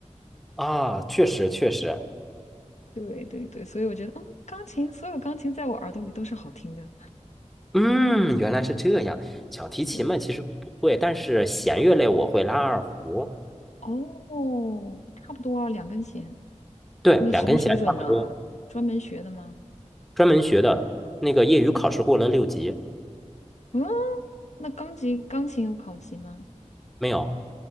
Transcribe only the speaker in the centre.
啊，确实确实，
嗯，原来是这样。小提琴嘛，
其实我不会，但是弦乐类我会拉二胡，
对，
两根弦差不多。
专门学的，那个业余考试过了六级，
没有？